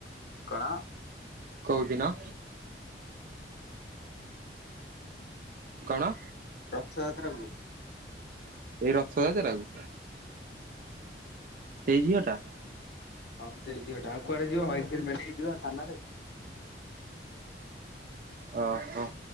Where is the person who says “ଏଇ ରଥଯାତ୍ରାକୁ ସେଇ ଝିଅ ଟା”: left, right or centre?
Right